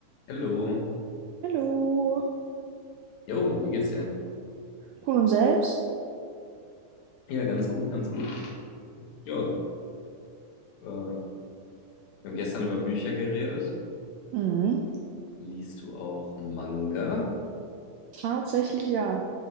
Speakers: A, on the left; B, on the right.
A: Hallo.
B: Hallo.
A: Jo, wie geht's dir?
B: Gut und selbst?
A: Ja, ganz gut, ganz gut. Ja, äh, wir haben gestern über Bücher geredet.
B: Mhm.
A: Liest du auch Manga?
B: Tatsächlich ja.